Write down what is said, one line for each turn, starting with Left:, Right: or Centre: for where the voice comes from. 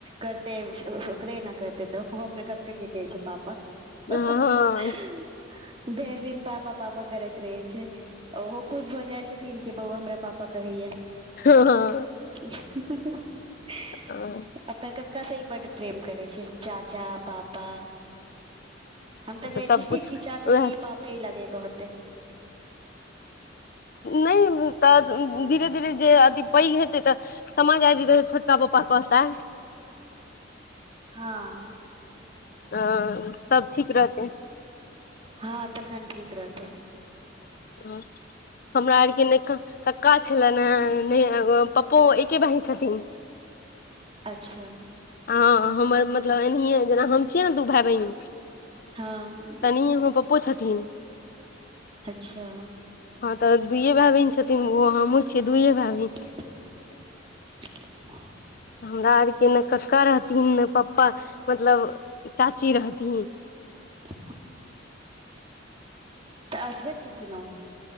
Right: करते ओकरे न कहते तऽ अपने कके केँ कहै छैय पापा। <unintelligible>
Left: हँ
Right: भेर दिन पापा पापा करैत रहे छै ओहो। खुश भऽ जाइ छथिन कि बौव हमरा पापा कहैया।
Left: <unintelligible>
Right: <unintelligible>
Left: <unintelligible>
Right: अपन कक्का से बड प्रेम करै छै चाचा पापा हम तऽ कहै
Left: सबकुछ
Right: छि कि चाचे
Left: उएह
Right: केँ ई पापे लगे कहतै
Left: नै तऽ धीरे धीरे जे अथी पैघ हेतै तऽ समझ आइब जेते तऽ छोटका पपा कहता
Right: हँ <inaudible>
Left: अ सब ठीक रहतै
Right: हँ तखन ठीक रहतै
Left: <inaudible> हमरा आरके नै कक्का छलेन हेँ नय पप्पो एके भाई छथिन
Right: अच्छा
Left: हँ हमर मतलब एनाहिए जेना हम छियै ने दू भाय बहिन
Right: हँ
Left: तनेही हमर पप्पो छथिन
Right: अच्छा
Left: हँ तऽ दुइयए भाय बहिन छथिन ओ हमूँ छियै दुइयए भाय बहिन
Right: <inaudible>
Left: हमरा आरके ने कक्का रहथिन ने पप्पा मतलब चाची रहथिन
Right: <inaudible> तऽ असगर छथिन ओ